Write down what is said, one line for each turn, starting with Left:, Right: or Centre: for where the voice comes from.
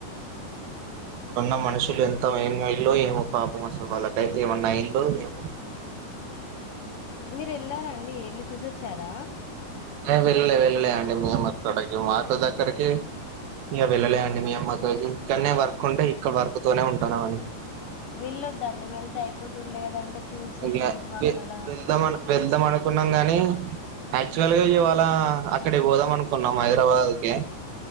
Left: అవునండి
Right: అక్కడ ఉన్న మనుషులు
Left: చాలా ఘోరం
Right: ఎంత ఏం గాలిలో ఎమో పాపం అసలు వాళ్లకు ఐతే అసలు ఏమైనా అయిందో ఏమో
Left: మీరు వెళ్లారండి వెళ్ళి చూసచరా
Right: ఏ వెళ్ళలే వెళ్ళలే అండి మేము అక్కడకి మాకు దగ్గరకి ఇక వెళ్ళలే అండి మీ అమ్మ ఇకనే వర్క్ ఉంటే ఇక్కడ వర్క్ తనే ఉంటున్నాం అండి
Left: వెళ్ళొద్దండి వెళ్తే అయిపోతుండే కదంట చూసి
Right: ఇగ
Left: కొంచెం
Right: వె
Left: అక్కడ
Right: వెళ్దాం అను వెళ్దాం అనుకున్నాం గాని యాక్చువల్ గా ఇవాళ అక్కడికి పోదాం అనుకున్నాం హైదరాబాద్ కి